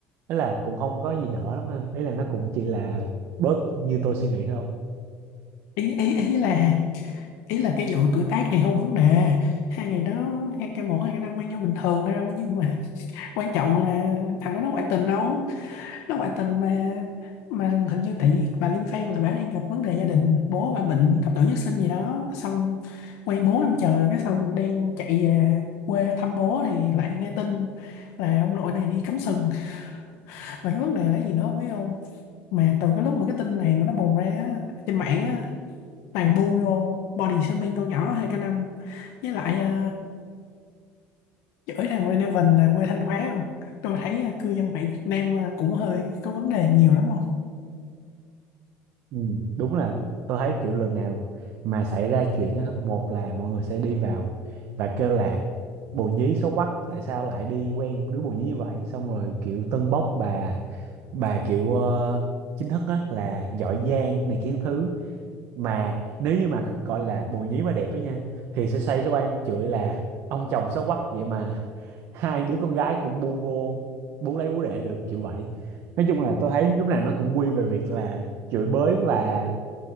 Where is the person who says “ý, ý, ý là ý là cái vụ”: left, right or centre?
Left